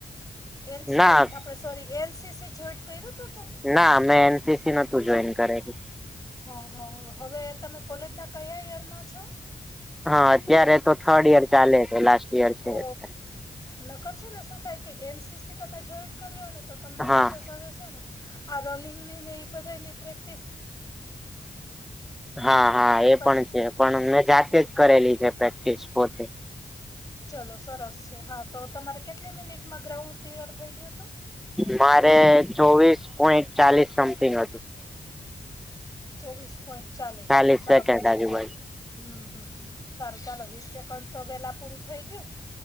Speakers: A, on the left (about 25°); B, in the centre.
A: એન્સ <unintelligible>
B: ના
A: આપણે sorry N C C joint કયરુ તું તમે?
B: ના મેં એન સી સી નતું જોઈન્ટ કરેલું
A: હ હ હવે તમે કોલેજના કયા યરમાં છો?
B: હા અત્યારે તો થર્ડ યર ચાલે છે. લાસ્ટ યર
A: ઓ
B: છે એટલે
A: નકર છે ને શું થાય કે એન સી સી તમે જોઈન્ટ કરી લ્યો ને તો તમને
B: હા.
A: સાથે સાથે છે ને આ રનિંગની ને ઈય બધાની પ્રેક
B: હા હા એ
A: પ
B: પણ છે, પણ અમને જાતે જ કરેલી છે પ્રેક્ટિસ પોતે
A: ચલો સરસ છે, હા તો તમારે કેટલી મિનિટમાં ગ્રાઉન્ડ ક્લિયર થઈ ગયું તું?
B: મારે ચોવીસ પોઈન્ટ ચાલીસ સમથિંગ હતું
A: ચોવીસ પોઈન્ટ ચાલીસમાં
B: ચાલીસ
A: બરાબર
B: સેકન્ડ
A: છે
B: આજુબાજુ.
A: ચ હમ્મ હં સારું ચાલો વીસ સેકન્ડ તો વેલાં પૂરું થઈ ગયું